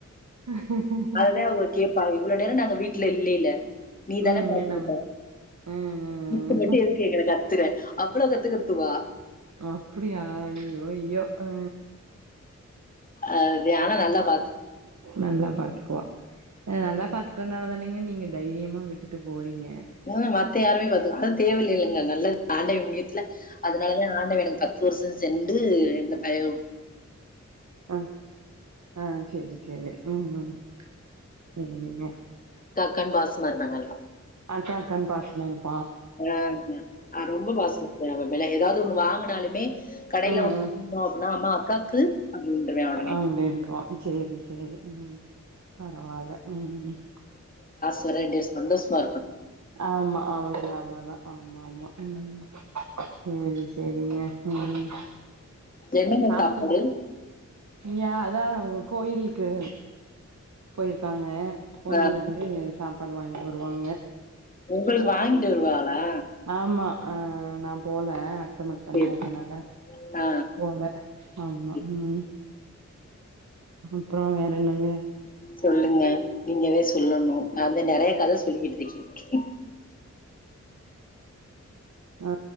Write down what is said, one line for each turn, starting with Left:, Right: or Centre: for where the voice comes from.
Right: ஆ
Left: அதுதா
Right: ஆ
Left: அவுங்க கேப்பாங்க இவ்ளோ நேரோ நாங்க வீட்ல இல்லீல்ல நீதான
Right: ம்.
Left: பாத்துக்கிட்ட
Right: என்ன பண் ம், ம்,
Left: முட்ட
Right: ம்.
Left: மட்டு எதுக்கு எங்கள கத்துற அவ்ளோ கத்துக்கத்துவா
Right: அப்புடியா ஐயையோ ஐயோ அ
Left: அத் தே ஆனா நல்லா பாத்துக்
Right: நல்லா பாத்துக்குவா அ நல்லா பாத்துக்குறதுனால தானங்க நீங்க தைரியமா விட்டுட்டு போறீங்க
Left: மோத மத்த யாருமே பாத்துக்க அது தேவ இல்லைலங்க நல்லது ஆண்டவே புண்ணியத்துல அதனாலதா ஆண்டவே எனக்கு பத் புருச செண்டு இந்த பயோவ்
Right: அ ஆ சேரி சேரி சேரி ம் ம் சேரிங்க
Left: கான் பாசமா இருப்பாங்க எல்லா
Right: அக்கா அக்கான் பாசமா இருப்
Left: ஆ ஆ ரொம்போ பாசமா இருப்பயா அவனு மெல்ல எதாவது ஒண்ணு வாங்குனாலுமே கடையில
Right: ஆ,
Left: ஒண்ணு
Right: ஆ.
Left: வாங்குறோ அப்டின்னா அம்மா அக்காவுக்கு அப்டின்றுவே ஒடனே
Right: அப்டின்ருவான். சேரி சேரி ம் பரவால்ல ம் ம் ம்
Left: தல டேஸ் வந்து ஸ்சுவா
Right: ஆமா அவ்வளவுதா அவ்வளதா ஆமா ஆமா ம் ம் சேரி சேரிங்க ம்
Left: என்னங்க
Right: சாப்டீங்
Left: சாப்பாடு
Right: ங்கியா அதா கோயிலுக்கு போயிருக்காங்க கோயில்ல
Left: ஆ
Right: இருந்து சாப் ப்பாடு வாங்கிட்டு வருவாங்க
Left: உங்களுக்கு வாங்கிட்டு வருவாகளா
Right: ஆமா ஆ நாம் போல அத்த மட்டு தனியா
Left: சேரி
Right: இருக்கனால
Left: ஆ
Right: போல ஆமா
Left: ஆ
Right: ம் அப்புறோ வேற என்னங்க
Left: சொல்லுங்க நீங்கதே சொல்லணு நா வந்து நறையா கத சொல்லிக்கிட்ருக்கே
Right: ஆ